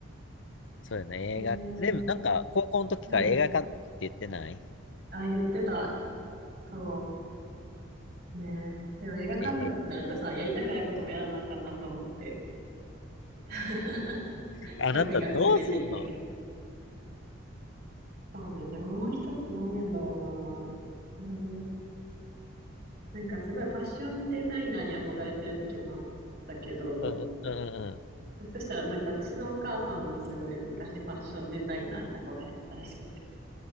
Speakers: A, on the left; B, on the right.
A: そうやね、
B: で、
A: 映画。
B: う
A: でもなんか、高校の時から映画館って言ってない
B: ん。あ、言ってた。そうね。でも映画監督ってなるとさ、
A: えー
B: やりたくないこともやらなあかんなと思って、<laughs>
A: <laughs>、あなたどうすんの
B: 興味が薄れていったけど。そうね。でももう一つなんやろうな。うなんかすごいファッションデザイナーに憧れてる時もあったけど、
A: うんうんうんうん。
B: そしたらなんか私のお母さんもすごい昔ファッションデザイナーに憧れてたらしくて、